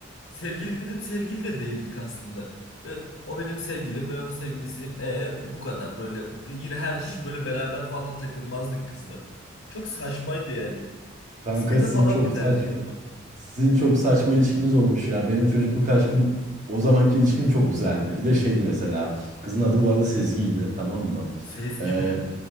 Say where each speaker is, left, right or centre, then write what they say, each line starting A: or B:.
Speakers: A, on the left; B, on the right.
A: Sevgililik dedim sevgili de değildik aslında. Ve o benim sevgilim ben onun sevgilisiyim. E bu kadar böyle yine her hiç böyle beraber falan da takılmazdık kızla. Çok saçmaydı yani.
B: Kanka
A: Bisiklete
B: sizin
A: falan
B: çok
A: binerdik
B: saç
A: ama.
B: sizin çok saçma ilişkiniz olmuş ya. Benim çocukluk aşkım o zamanki ilişkim çok güzeldi. Bir de şeydi mesela. Kızın adı bu arada Sezgi'ydi, tamam mı?
A: Sezgi
B: Ee,
A: mi?